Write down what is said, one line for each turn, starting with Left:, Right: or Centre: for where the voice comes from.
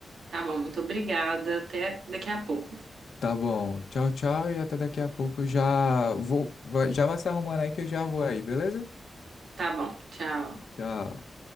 Right: Tá bom, muito obrigada. Até daqui a pouco.
Left: Tá bom. Tchau, tchau. E até daqui a pouco. Eu Já vou, vai- já vai se arrumando aí que eu já vou aí, beleza?
Right: Tá bom, tchau.
Left: Tchau.